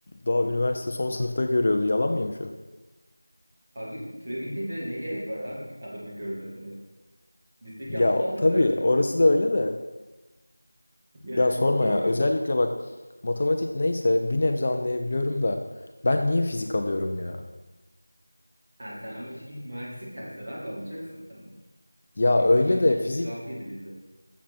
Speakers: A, on the left; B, on the right.
A: daha üniversite son sınıfta görüyordu. Yalan mıymış o?
B: Abi türevin integrale ne gerek var abi adamın görmesine? Bizdeki
A: Ya
B: aptallık
A: tabii
B: zaten.
A: orası da öyle de.
B: Yani
A: Ya sorma
B: hiç gerek
A: ya. Özellikle
B: yok.
A: bak matematik neyse bir nebze anlayabiliyorum da ben niye fizik alıyorum ya?
B: Ha sen ama işte ilk mühendislik dersleri abi alacaksın sen onları.
A: Ya
B: Fizik
A: öyle
B: 105-106
A: de fizik
B: idi bizde.